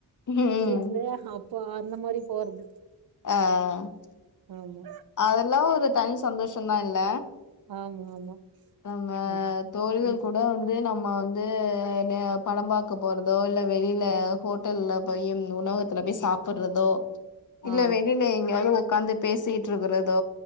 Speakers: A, on the left; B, on the right.
A: ம் ம்
B: வீட்டலயே அப்போ அந்த மாரி போறது
A: ஆ
B: ஆமா
A: அதெல்லா ஒரு தனி சந்தோஷ தா இல்ல
B: ஆமா ஆமா
A: நம்ம
B: இப்
A: தோழிகள்
B: இப்
A: கூட வந் து நம்ம வந்து நே படம் பாக்க போறதோ இல்ல வெளில ஹோட்டல்ல போய் உணவு கத்துல போய் சாப்பிடுறதோ இல்ல
B: ஆ
A: வெளில எங்கயாவது உக்காந்து பேசிட் டு இருக்கரதோ